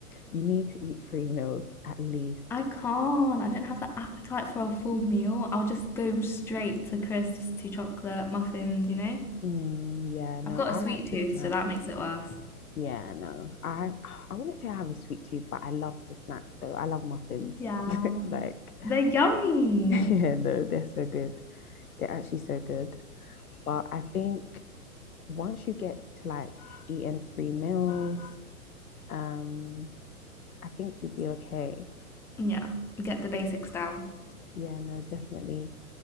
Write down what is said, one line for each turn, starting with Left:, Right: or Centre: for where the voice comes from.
Left: You need to eat three meals at least.
Centre: I can't. I don't have the appetite for a full meal. I'll just go straight to crisps, to chocolate, muffins, you know?
Left: Mm, yeah, no,
Centre: I've got
Left: I
Centre: a sweet
Left: like
Centre: tooth,
Left: to snack.
Centre: so that makes it worse.
Left: Yeah, no. I I wouldn't say I have a sweet tooth, but I love to snack though. I love muffins.
Centre: Yeah.
Left: <laughs> Like,
Centre: They're yummy.
Left: <laughs> yeah, no, they're so good. They're actually so good. But I think once you get to like eating three meals, um, I think you'll be okay.
Centre: Yeah, get the basics down.
Left: Yeah, no, definitely.